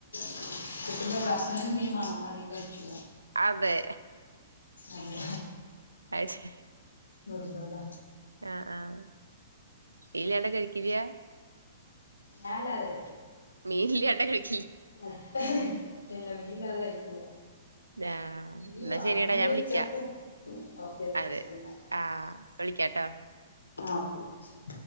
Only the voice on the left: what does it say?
കുട്ടീന്റെ <unintelligible> മീൻ വേണം അല്ലെങ്കിൽ
അതെ
നിർബന്ധ
ഞാനല്ല അത്
ആഹ് ഇല്ല മീൻ ഇല്ലാതെ കഴിക്കില്ല
മീൻ
വാങ്ങിച്ചേക്കും
ഓക്കെ ഓക്കെ
ശരി എന്നാ
ആഹ് ഓക്കെ ശരി